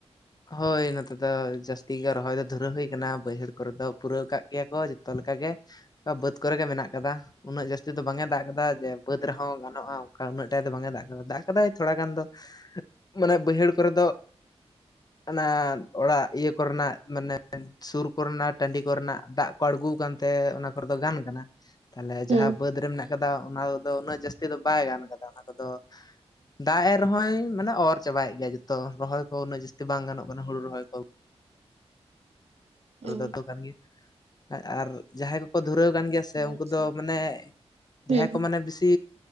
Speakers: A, on the left; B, on the right.
A: ᱦᱳᱭ, ᱱᱚᱛᱮ ᱫᱚ ᱡᱟᱹᱥᱛᱤ ᱜᱮ ᱨᱚᱦᱚᱭ ᱫᱚ ᱫᱷᱩᱨᱟᱹᱣ ᱦᱩᱭ ᱠᱟᱱᱟ, ᱵᱟᱹᱭᱦᱟᱹᱲ ᱠᱚᱨᱮ ᱫᱚ ᱯᱩᱨᱟᱹᱣ ᱠᱟᱜ ᱜᱮᱭᱟ ᱠᱚ ᱡᱚᱛᱚ ᱞᱮᱠᱟ ᱜᱮ, ᱵᱟᱹᱫᱽ ᱠᱚᱨᱮ ᱜᱮ ᱢᱮᱱᱟᱜ ᱠᱟᱫᱟ᱾ ᱩᱱᱟᱹᱜ ᱡᱟᱹᱥᱛᱤ ᱫᱚ ᱵᱟᱝ-ᱮ ᱫᱟᱜ ᱠᱟᱫᱟ ᱡᱮ ᱵᱟᱹᱫᱽ ᱨᱮᱦᱚᱸ ᱜᱟᱱᱚᱜᱼᱟ, ᱚᱱᱠᱟ ᱩᱱᱟᱹᱜ ᱴᱟᱭ ᱫᱚ ᱵᱟᱝ ᱮ ᱫᱟᱜ ᱠᱟᱫᱟ, ᱫᱟᱜ ᱠᱟᱫᱟᱭ ᱛᱷᱚᱲᱟ ᱜᱟᱱ ᱫᱚ᱾ ᱢᱟᱱᱮ ᱵᱟᱹᱭᱦᱟᱹᱲ ᱠᱚᱨᱮ ᱫᱚ ᱚᱱᱟ ᱚᱲᱟᱜ ᱤᱭᱟᱹ ᱠᱚᱨᱮᱱᱟᱜ ᱢᱟᱱᱮ ᱥᱩᱨ ᱠᱚᱨᱮᱱᱟᱜ ᱴᱟᱺᱰᱤ ᱠᱚᱨᱮᱱᱟᱜ ᱫᱟᱜ ᱠᱚ ᱟᱲᱜᱩ ᱠᱟᱱᱛᱮ ᱚᱱᱟ ᱠᱚᱨᱮ ᱫᱚ ᱜᱟᱱ ᱠᱟᱱᱟ᱾ ᱛᱟᱦᱚᱞᱮ
B: ᱦᱩᱸ
A: ᱡᱟᱦᱟᱸ ᱵᱟᱹᱫᱽ ᱨᱮ ᱢᱮᱱᱟᱜ ᱠᱟᱫᱟ ᱚᱱᱟ ᱠᱚᱫᱚ ᱩᱱᱟᱹᱜ ᱡᱟᱹᱥᱛᱤ ᱫᱚ ᱵᱟᱭ ᱜᱟᱱ ᱠᱟᱫᱟ, ᱚᱱᱟ ᱠᱚᱫᱚ ᱫᱟᱜ ᱮ ᱨᱮᱦᱚᱸᱭ ᱢᱟᱱᱮ ᱚᱨ ᱪᱟᱵᱟᱭᱮᱫ ᱜᱮᱭᱟ ᱡᱚᱛᱚ ᱨᱚᱦᱚᱭ ᱠᱚ ᱩᱱᱟᱹᱜ ᱡᱟᱹᱥᱛᱤ ᱵᱟᱝ ᱜᱟᱱᱚᱜ ᱠᱟᱱᱟ, ᱦᱩᱲᱩ ᱨᱚᱦᱚᱭ ᱠᱚ᱾
B: ᱚ
A: ᱨᱮᱛ ᱠᱟᱱ ᱜᱮᱭᱟ, ᱟᱨ ᱡᱟᱦᱟᱸᱭ ᱠᱚᱠᱚ ᱫᱷᱩᱨᱟᱹᱣ ᱠᱟᱱ ᱜᱮᱭᱟ ᱥᱮ ᱥᱮ ᱩᱱᱠᱩ
B: ᱟᱪᱪᱷᱟ
A: ᱫᱚ ᱢᱟᱱᱮ
B: ᱦᱩᱸ
A: ᱡᱟᱦᱟᱸᱭ
B: ᱦᱩᱸ
A: ᱠᱚ ᱢᱟᱱᱮ ᱵᱤᱥᱤ